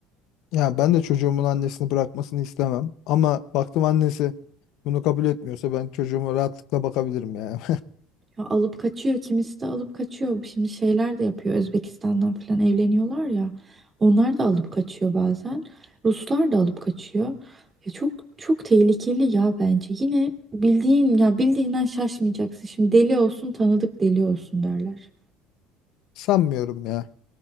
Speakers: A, on the left; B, on the right.
A: Ya ben de çocuğumun annesini bırakmasını istemem. Ama baktım annesi bunu kabul etmiyorsa ben çocuğuma rahatlıkla bakabilirim ya.
B: Ya alıp kaçıyor. Kimisi de alıp kaçıyor. Şimdi şeyler de yapıyor. Özbekistan'dan falan evleniyorlar ya. Onlar da alıp kaçıyor bazen. Ruslar da alıp kaçıyor. Ya çok çok tehlikeli ya bence. Yine bildiğin ya bildiğinden şaşmayacaksın. Şimdi deli olsun tanıdık deli olsun derler.
A: <laughs> Sanmıyorum ya.